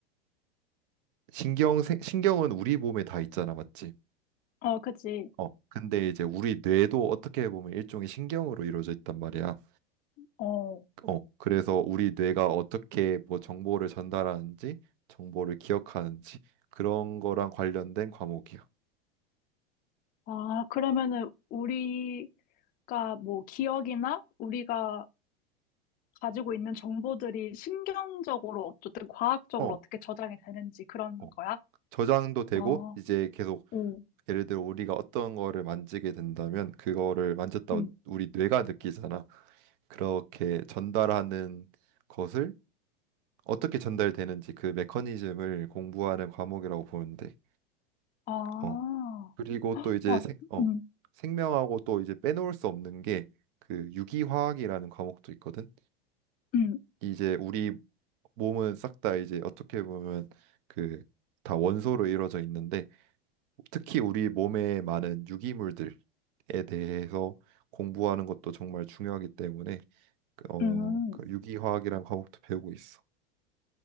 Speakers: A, on the right; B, on the left.
A: 신경 신경은 우리 몸에 다 있잖아, 맞지?
B: 어, 그치.
A: 어. 근데 이제 우리 뇌도 어떻게 보면 일종의 신경으로 이루어져 있단 말이야.
B: 어.
A: 어. 그래서 우리 뇌가 어떻게 뭐 정보를 전달하는지, 정보를 기억하는지 그런 거랑 관련된 과목이야.
B: 아, 그러면은 우리 그러니까 뭐 기억이나 우리가 가지고 있는 정보들이 신경적으로 어쨌든 과학적으로
A: 어.
B: 어떻게 저장이 되는지 그런
A: 어.
B: 거야?
A: 저장도 되고
B: 아,
A: 이제 계속
B: 응.
A: 예를 들어 우리가 어떤 거를 만지게 된다면 그거를 만졌다
B: 음,
A: 우리 뇌가 느끼잖아. 그렇게 전달하는 것을 어떻게 전달되는지 그 메커니즘을 공부하는 과목이라고 보는데
B: 아,
A: 어 그리고 또 이제
B: 와,
A: 생, 어
B: 음,
A: 생명하고 또 이제 빼놓을 수 없는 게 그 유기화학이라는 과목도 있거든
B: 음,
A: 이제 우리 몸은 싹 다 이제 어떻게 보면 그 다 원소로 이루어져 있는데 특히 우리 몸에 많은 유기물들에 대해서 공부하는 것도 정말 중요하기 때문에 그, 어,
B: 음.
A: 그 유기화학이란 과목도 배우고 있어.